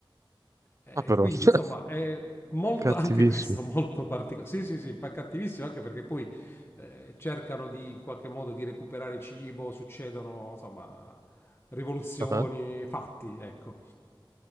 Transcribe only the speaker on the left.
Eh,
quindi,
insomma, è molto
<laughs> anche questo molto particolare. Sì, sì, sì, pa- cattivissimo anche perché poi eh, cercano di in qualche modo di recuperare cibo, succedono insomma rivoluzioni,
fatti, ecco.